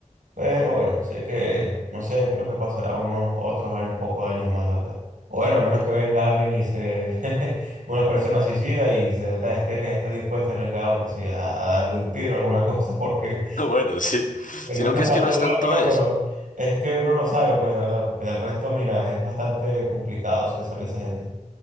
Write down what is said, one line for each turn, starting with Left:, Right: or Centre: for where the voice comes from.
Right: Pero bueno, sé que, no sé, creo que pasará unos otros años, un poco de años más, la verdad. O Bueno, a menos que venga alguien y se, <laughs> una persona suicida y se está- esté, re- esté dispuesta a arriesgar, que sí, a, a darle un tiro o alguna cosa, porque
Left: Bueno, sí.
Right: que
Left: Sino
Right: nunca
Left: que es
Right: falta
Left: que no es
Right: un
Left: tanto
Right: loco, ¿no?
Left: eso.
Right: Pero es que uno no sabe, pues, de verdad, porque el resto, mira, es bastante complicado que sale esa gente.